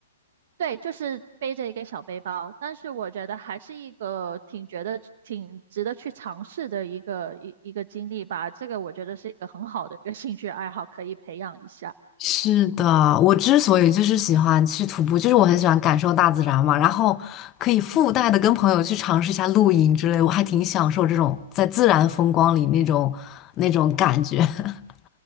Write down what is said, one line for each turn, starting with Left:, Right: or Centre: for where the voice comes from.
Right: 对，就是背着一个小背包，但是我觉得还是一个挺觉得挺值得去尝试的一个一一个经历吧。这个我觉得是一个很好的一个兴趣爱好，可以培养一下。
Left: 是的，我之所以就是喜欢去徒步，就是我很喜欢感受大自然嘛，然后可以附带的跟朋友去尝试一下露营之类，我还挺享受这种在自然风光里那种那种感觉。<laughs>